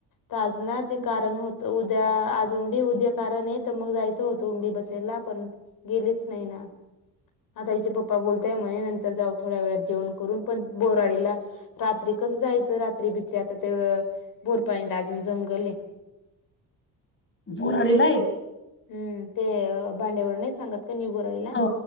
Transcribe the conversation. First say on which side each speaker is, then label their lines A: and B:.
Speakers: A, on the left; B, on the left.
A: तज ना ते कारण होत तर उद्या आज उंडी उद्या कारण आहे तर मग जायचं होतं उंडी बसायला पण गेलीच नाही ना <unintelligible> आता आईचे पप्पा बोलताय म्हणे नंतर जाऊ थोड्या वेळात जेवण करून पण बोराडीला रात्री कस जायचं रात्री बित्री आता ते बोरपाणीला अजून जंगल आहे
B: जोरडीला एक
A: हम्म ते भांडेवर नाही सांगत क बरयला
B: हो